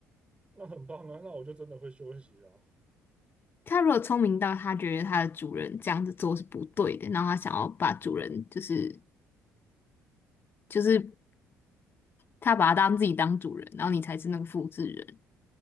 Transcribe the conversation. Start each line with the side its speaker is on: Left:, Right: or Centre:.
Right: 那很棒啊，那我就真的会休息啦。
Left: 他如果聪明到他觉得他的主人这样子做是不对的，然后他想要把主人就是就是他把他当自己当主人，然后你才是那个复制人，